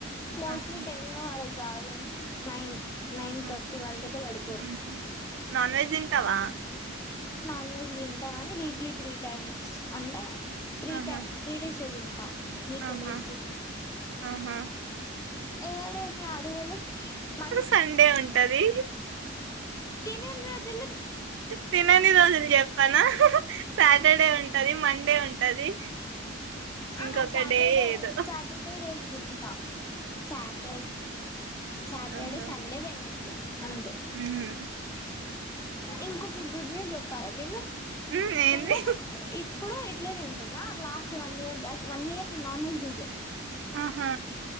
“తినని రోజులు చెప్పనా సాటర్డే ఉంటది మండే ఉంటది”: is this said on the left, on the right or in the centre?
Right